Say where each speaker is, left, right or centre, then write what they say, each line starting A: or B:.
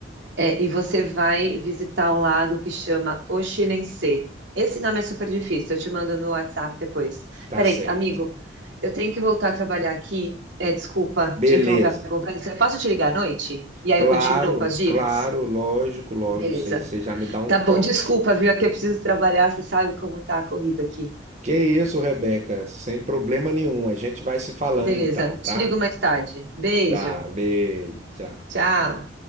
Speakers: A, on the right; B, on the right.
A: É, e você vai visitar um lago que chama Oxinense. Esse nome é super difícil, eu te mando no WhatsApp depois.
B: tá
A: Peraí,
B: certo.
A: amigo, eu tenho que voltar a trabalhar aqui. É, desculpa
B: Beleza.
A: te interromper a conversa. Eu posso te ligar à noite? E aí
B: Claro,
A: eu continuo com as dicas?
B: claro, lógico, lógico.
A: Beleza.
B: Você você já me dá um
A: Tá
B: toque.
A: bom, desculpa, viu? É que eu preciso trabalhar, você sabe como tá a corrida aqui.
B: Que isso, Rebeca? Sem problema nenhum. A gente vai se falando
A: Beleza,
B: então, tá?
A: te ligo mais tarde. Beijo,
B: Tá, beijo, tchau.
A: tchau.